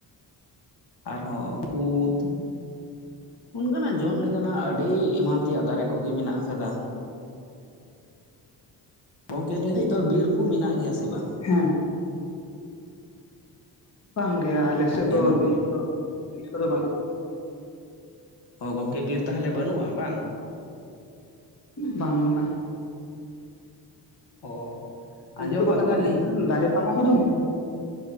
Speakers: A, on the left; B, on the left.
A: ᱟᱨᱦᱚᱸ ᱠᱩᱫ ᱚᱱᱠᱟᱱᱟᱜ ᱡᱚᱢ ᱞᱮᱠᱟᱱᱟᱜ ᱟᱹᱰᱤ ᱮᱢᱟᱱ ᱛᱮᱭᱟᱜ ᱫᱟᱨᱮ ᱠᱚᱜᱮ ᱢᱮᱱᱟᱜ ᱟᱠᱟᱫᱟ ᱜᱚᱢᱠᱮ ᱞᱮᱸᱮᱡ ᱫᱚ ᱵᱤᱨ ᱠᱚ ᱢᱮᱱᱟᱜ ᱜᱮᱭᱟ ᱥᱮ ᱵᱟᱝ?
B: ᱦᱮᱸ ᱵᱟᱝ ᱜᱮᱮ ᱟᱞᱮᱥᱮᱫ
A: ᱜᱚᱝᱠᱮ
B: ᱫᱚ
A: ᱱᱚ
B: ᱵᱤᱞ ᱠᱚᱫᱚ ᱵᱤᱞ ᱠᱚᱫᱚ ᱵᱟᱹᱱᱩᱜ-ᱟ
A: ᱚ ᱜᱚᱝᱠᱮ ᱵᱤᱨ ᱛᱟᱦᱚᱞᱮ ᱵᱟᱹᱱᱩᱜ-ᱟ ᱵᱟᱝ
B: ᱵᱟᱝ ᱵᱟᱝ
A: ᱚ
B: ᱩᱱᱟᱜ
A: ᱟᱸᱡᱚᱢ
B: ᱫᱚ ᱵᱟᱹᱱᱩᱜ-ᱟ
A: ᱟᱠᱟᱫᱟᱞᱤᱧ
B: ᱢᱮᱱᱠᱷᱟᱱ ᱫᱟᱨᱮ ᱯᱟᱞᱟ ᱠᱚ ᱫᱚ ᱢᱮᱱᱟᱜᱼᱟ